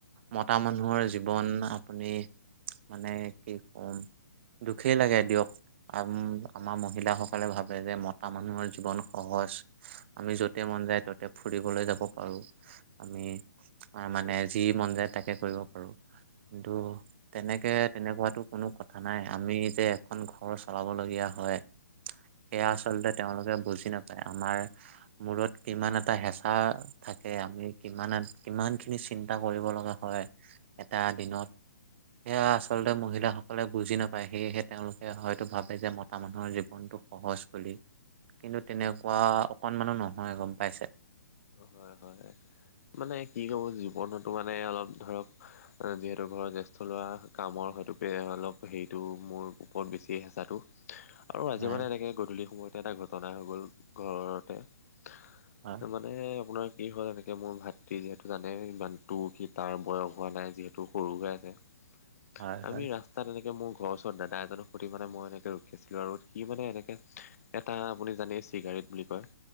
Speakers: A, on the right (about 40°); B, on the left (about 55°).
A: মতা মানুহৰ জীৱন আপুনি মানে কি কম দুখেই লাগে দিয়ক আম আমাৰ মহিলাসকলে ভাবে যে মতা মানুহৰ জীৱন সহজ। আমি যতে মন যায় ততে ফুৰিবলৈ যাব পাৰো। আমি মানে যি মন যায় তাকে কৰিব পাৰো কিন্তু তেনেকে তেনেকুৱাতো কোনো কথা নাই আমি যে এখন ঘৰ চলাব লগীয়া হয়, সেয়া আচলতে তেওঁলোকে বুজি নাপায় আমাৰ মূৰত কিমান এটা হেঁচা থাকে আমি কিমান কিমানখিনি চিন্তা কৰিব লগা হয় এটা দিনত সেয়া আচলতে মহিলাসকলে বুজি নাপায় সেয়েহে তেওঁলোকে হয়তো ভাবে যে ম মতা মানুহৰ জীৱনটো সহজ বুলি, কিন্তু তেনেকুৱা অকণমানো নহয় গম পাইছে।
B: অ' হয় হয়। মানে কি ক'ব জীৱনতো মানে অলপ ধৰক যিহেতু ঘৰৰ জ্যেষ্ঠ ল'ৰা কামৰ হয়তো অলপ হেৰিতটো মোৰ ওপৰত বেছিয়ে হেঁচাটো। আৰু আজি
A: হয়
B: মানে এনেকে গধূলি সময়তে এটা ঘটনা হৈ গ'ল ঘৰতে, তাৰ
A: হয়
B: মানে মানে আপোনাৰ কি হ'ল এনেকে এতিয়া মোৰ ভাতৃ যিহেতু জানে ইমান তোৰ সি তাৰ বয়স হোৱা নাই যিহেতু সৰু হৈ আছে
A: হয়
B: আমি
A: হয়
B: ৰাছ তাত এনেকে মোৰ ঘৰৰ ওচৰত দাদা এজনক সুধি মানে মই এনেকে ৰখিছিলোঁ আৰু সি মানে এনেকে এটা আপুনি জানে চিগাৰেট বুলি কয়,